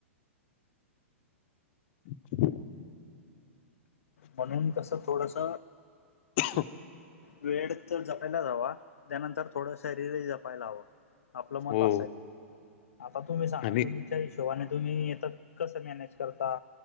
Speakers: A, on the left; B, on the left.
A: अच्छा.
B: म्हणून कसं थोडस.
A: हो.
B: वेळ तर जपायलाच हवा त्यानंतर थोडं शरीरही जपायला हवं. आपलं मत
A: हो
B: असाय आता तुम्ही सांगा
A: आणि
B: तुम् च्या हिशोबाने तुम्ही आता कसं मॅनेज करता.